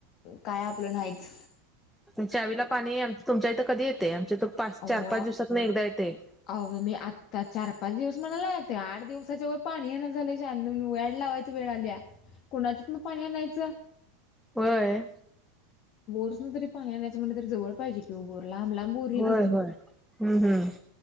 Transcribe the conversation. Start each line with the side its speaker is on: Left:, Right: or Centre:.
Left: काय आपलं नाहीते
Centre: चावीला पाणी तुमच्या इथं कधी येते आमच्या त पाच,
Left: अहो
Centre: चार, पाच दिवसात न एकदा येते.
Left: अहो मी आता चार-पाच दिवस म्हणाला ते आठ दिवसाच्या वर पाणी ये ना झालं शान्यानु लावायच वेळ आल्या कोणाच्यातून पाणी आणायच
Centre: होय.
Left: बोरच तरी पाणी आणायच म्हणलं तरी जवळ पाहिजे कि बोर लांब लांब बोरी
Centre: होय
Left: आहेत इथनं
Centre: होय हम्म हम्म